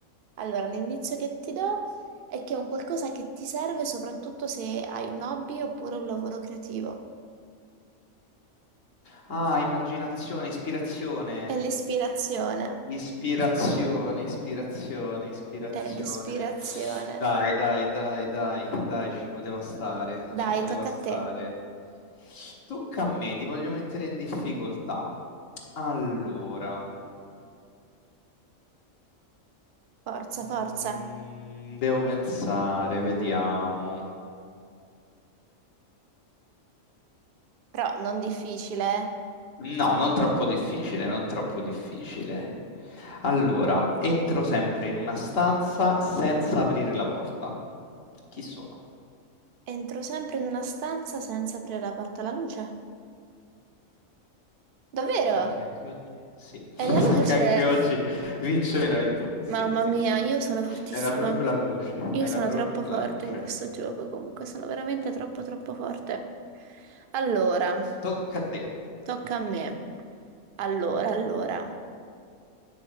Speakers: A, on the right; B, on the left.
A: Allora, l'indizio che ti do è che è un qualcosa che ti serve soprattutto se hai un hobby oppure un lavoro creativo.
B: Ah, immaginazione, ispirazione.
A: È l'ispirazione,
B: Ispirazione, ispirazione, ispirazione.
A: è l'ispirazione.
B: Dai, dai, dai, dai, dai, ci poteva stare, ci
A: Dai,
B: poteva
A: tocca
B: stare.
A: a te.
B: Tocca a me, ti voglio mettere in difficoltà. Allora,
A: Forza,
B: mm,
A: forza.
B: devo pensare, vediamo.
A: Però non difficile, eh.
B: No, non troppo difficile, non troppo difficile. Allora, entro sempre in una stanza senza aprire la porta. Chi sono?
A: Entro sempre in una stanza senza aprire la porta alla luce. Davvero?
B: Mi sa che anche oggi, sì,
A: È
B: <laughs>
A: la
B: mi sa
A: luce!
B: che anche oggi
A: <laughs>
B: vincerai tu. Sì,
A: Mamma
B: sì,
A: mia,
B: sì,
A: io
B: sì.
A: sono fortissima.
B: Era proprio la luce,
A: Io
B: era
A: sono
B: proprio
A: troppo
B: la
A: forte
B: luce.
A: in questo gioco, comunque sono veramente troppo troppo forte. Allora,
B: Tocca a te.
A: tocca a me. Allora, allora.